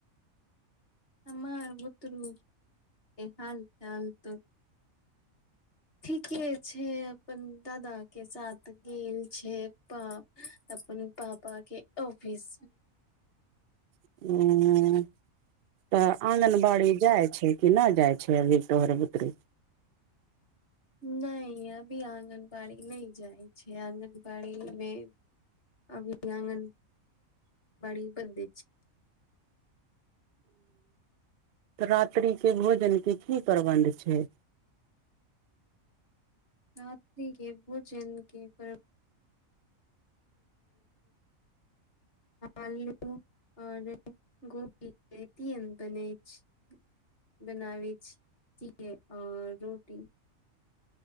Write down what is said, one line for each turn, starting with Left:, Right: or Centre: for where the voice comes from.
Left: हमर बुतरू हाल चाल त ठीके छै अपन दादा के साथ गेल छै पा अपन पापा के ऑफिस
Right: ह <inaudible> तऽ आँगनबाड़ी जाय छै कि नहि जाइ छै अभी तोहर बुतरू
Left: नहि अभी आंगनबाड़ी नहि जाइ छै आगनबाड़ी मे अभी आङगन बाड़ी बन छै
Right: रात्रि के भोजन के की प्रबंध छै
Left: राति के भोजन के प्रबंध आलू और <unintelligible> गोपी <unintelligible> तीन बनै छै बनाबै भुजीया और रोटी